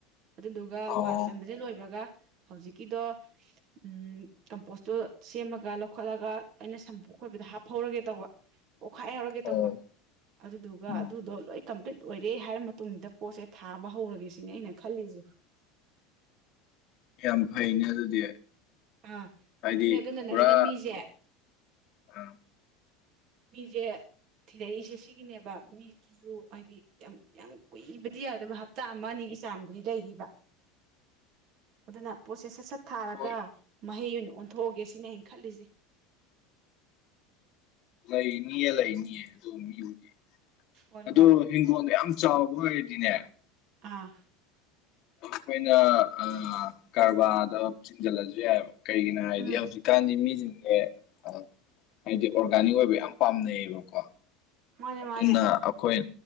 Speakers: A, on the right (about 50°); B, on the left (about 50°).
A: ꯑꯗꯨꯗꯨꯒ
B: ꯑꯣ
A: ꯋꯥꯜ ꯆꯟꯕꯁꯦ ꯂꯣꯏꯕꯒ ꯍꯧꯖꯤꯛꯀꯤꯗꯣ ꯎꯝ ꯀꯝꯄꯣꯁꯇꯨ ꯁꯦꯝꯃꯒ ꯂꯧꯈꯠꯂꯒ ꯑꯩꯅ ꯁꯝꯄꯣꯠ ꯈꯣꯏꯕꯗ ꯍꯥꯞꯐꯧꯔꯒꯦ ꯇꯧꯕ ꯑꯣꯈꯥꯏ ꯍꯨꯔꯒꯦ
B: ꯑꯣ
A: ꯇꯧꯕ ꯑꯗꯨꯗꯨꯒ
B: ꯎꯝ
A: ꯑꯗꯨꯗꯣ ꯂꯣꯏ ꯀꯝꯄ꯭ꯂꯤꯠ ꯑꯣꯏꯔꯦ ꯍꯥꯏꯔ ꯃꯇꯨꯡꯗ ꯄꯣꯠꯁꯦ ꯊꯥꯕ ꯍꯧꯔꯒꯦ ꯁꯤꯅꯤ ꯑꯩꯅ ꯈꯜꯂꯤꯁꯦ
B: ꯌꯥꯝ ꯐꯩꯅꯦ ꯑꯗꯨꯗꯤ
A: ꯑꯥ
B: ꯍꯥꯏꯗꯤ
A: ꯑꯗꯨꯅꯦ ꯑꯗꯨꯅꯅꯦ
B: ꯄꯨꯔꯥ
A: ꯑꯩꯅ ꯃꯤꯁꯦ
B: ꯑ
A: ꯃꯤꯁꯦ ꯊꯤꯔꯛꯏꯁꯦ ꯁꯤꯒꯤꯅꯦꯕ ꯃꯤ꯫ ꯑꯗꯨ ꯍꯥꯏꯗꯤ ꯌꯥꯝ ꯌꯥꯝ ꯀꯨꯏꯕꯗꯤ ꯌꯥꯎꯗꯕ ꯍꯞꯇꯥ ꯑꯃ ꯑꯅꯤꯒꯤ ꯆꯥꯡꯕꯨꯗꯤ ꯂꯩꯔꯤꯕ꯫ ꯑꯗꯨꯅ ꯄꯣꯠꯁꯦ ꯁꯠ ꯁꯠ ꯊꯥꯔꯒ
B: ꯍꯣꯏ
A: ꯃꯍꯩ ꯑꯣꯏꯅ ꯑꯣꯟꯊꯣꯛꯑꯒꯦ ꯁꯤꯅ ꯑꯩꯅ ꯈꯂꯤꯁꯦ꯫
B: ꯂꯩꯅꯤꯌꯦ ꯂꯩꯅꯤꯌꯦ ꯑꯗꯨꯝꯌꯨꯒꯤ
A: ꯍꯣꯏ
B: ꯑꯗꯨ꯫
A: ꯍꯣꯏ
B: ꯍꯤꯡꯒꯣꯜꯗꯣ ꯌꯥꯝ ꯆꯥꯎꯕ ꯑꯣꯏꯔꯗꯤꯅꯦ꯫
A: ꯑꯥ꯫
B: ꯑꯩꯈꯣꯏꯅ ꯑꯥ ꯀꯔꯕꯥꯔꯗ ꯆꯤꯡꯁꯤꯜꯂꯁꯨ ꯌꯥꯏꯑꯕ꯫ ꯀꯩꯒꯤꯅꯣ ꯍꯥꯏꯔꯗꯤ
A: ꯎꯝ
B: ꯍꯧꯖꯤꯛꯀꯥꯟꯗꯤ ꯃꯤꯁꯤꯡꯁꯦ ꯑ ꯍꯥꯏꯗꯤ ꯑꯣꯔꯒꯥꯅꯤꯛ ꯑꯣꯏꯕ ꯌꯥꯝ ꯄꯥꯝꯅꯩꯌꯦꯕꯀꯣ꯫
A: ꯃꯥꯅꯦ ꯃꯥꯅꯦ
B: ꯑꯗꯨꯅ ꯑꯩꯈꯣꯏ